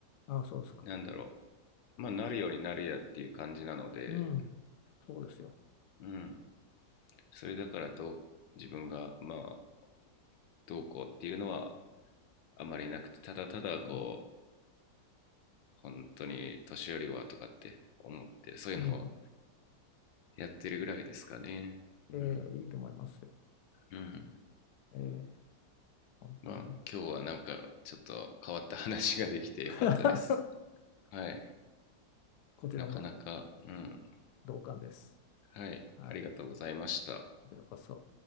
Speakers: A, on the left; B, on the left.
A: あ、そうですか。
B: なんだろうまあなるようになるやっていう感じなので
A: うん、そうですよ。
B: うんそれだからど自分がまあどうこうっていうのはあまりなくてただただこう
A: ええ
B: 本当に年寄りはとかって思ってそういうのを
A: うん、
B: やってるぐらいですかねうん
A: ええいいと思いますよ。
B: うん
A: ええ、本当も
B: まあ今日はなんかちょっと変わった話ができてよかったです
A: う。<laughs>
B: はい
A: こちらも
B: なかなかうん
A: 同感です。
B: はい、
A: はい。
B: ありがとうございました。
A: こちらこそ。